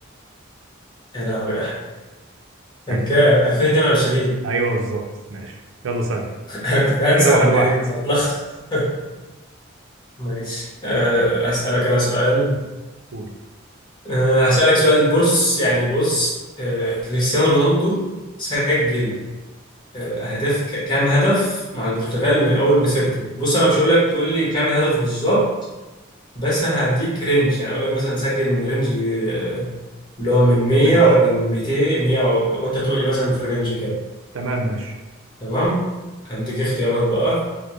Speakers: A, on the left; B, on the right.
A: يا لهوي <laughs> كان
B: <laughs>
A: كام 2022
B: ايوه بالظبط ماشي يلا سهل
A: <laughs> أنا كنت هنسى
B: كده
A: ولا
B: واحد واحد
A: إيه كنت هتلخبط ماشي آه، أسألك أنا سؤال
B: قول
A: آه، هسألك سؤال بص يعني بص آه، كريستيانو رونالدو سجل آه، أهداف ك- كام هدف مع البرتغال من أول مسيرته بص أنا مش هقول لك تقول لي كام الهدف بالظبط بس انا هديك رينج يعني اقول لك مثلا سجل من رينج آه، اللي هو من 100
B: ماشي
A: ولا من 200 100 و- وانت تقول لي مثلا في الرينج كده
B: تمام ماشي
A: تمام هديك اختيارات بقى